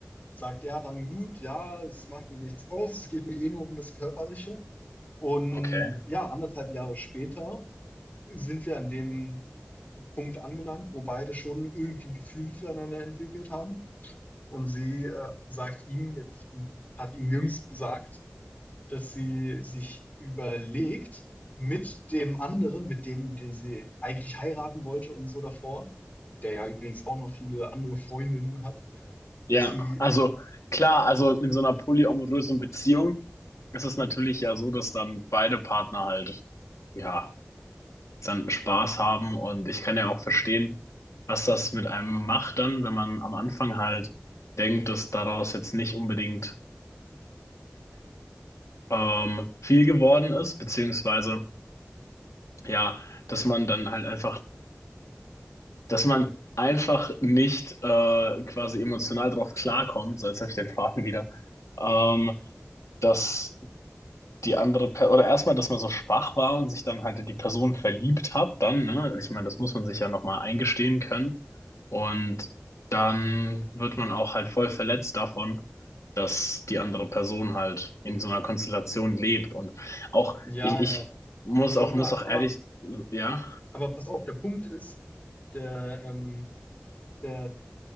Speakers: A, on the left; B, on the left.
A: sagt, ja, dann gut, ja, es macht mir nichts aus, es geht mir eh nur um das Körperliche. Und
B: Okay.
A: ja, anderthalb Jahre später sind wir an dem Punkt angelangt, wo beide schon irgendwie Gefühle füreinander entwickelt haben. Und sie äh, sagt ihm, jetzt hat ihm jüngst gesagt, dass sie sich überlegt, mit dem anderen, mit dem, den sie eigentlich heiraten wollte und so davor, der ja übrigens auch noch viele andere Freundinnen hat,
B: Ja,
A: dass sie,
B: also klar, also in so einer polyamorösen Beziehung ist es natürlich ja so, dass dann beide Partner halt, ja, dann Spaß haben und ich kann ja auch verstehen, was das mit einem macht dann, wenn man am Anfang halt denkt, dass daraus jetzt nicht unbedingt ähm, viel geworden ist, beziehungsweise ja, dass man dann halt einfach, dass man einfach nicht äh, quasi emotional drauf klarkommt, so jetzt habe ich den Faden wieder, ähm, dass die andere per oder erstmal, dass man so schwach war und sich dann halt in die Person verliebt hat, dann, ne? Ich meine, das muss man sich ja nochmal eingestehen können. Und dann wird man auch halt voll verletzt davon, dass die andere Person halt in so einer Konstellation lebt. Und auch,
A: ja,
B: ich, ich
A: ja,
B: muss
A: schon
B: auch,
A: klar,
B: muss auch
A: aber
B: ehrlich, ja,
A: Aber pass auf, der Punkt ist, der, ähm, der